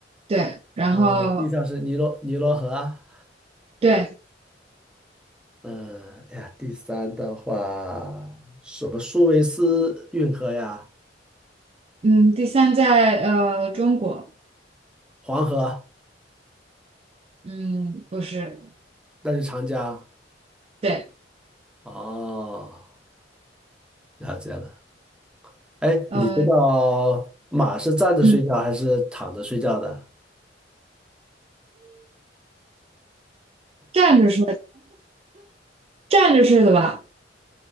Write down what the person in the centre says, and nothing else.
呃，第三是尼罗尼罗河啊，
嗯、哎呀，第三的话，什么苏维斯运河呀，
黄河，
那是长江。
哦，了解了。哎，
你知道马是站着睡觉还是躺着睡觉的？